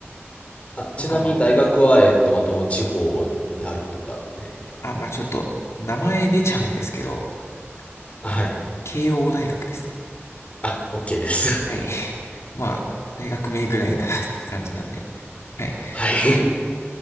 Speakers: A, on the left; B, on the left.
A: あ、
B: なんかま
A: ちなみに大学は、えっと、まあ、どの地方にあるとかって。
B: あ、あ、まあちょっと、名前出ちゃうんですけど、
A: あはい。
B: あの、慶応大学ですね。
A: あ、OK です。
B: はい。<laughs> まあ、大学名ぐらいなって感じなんで。はい。
A: <laughs> はい。
B: ね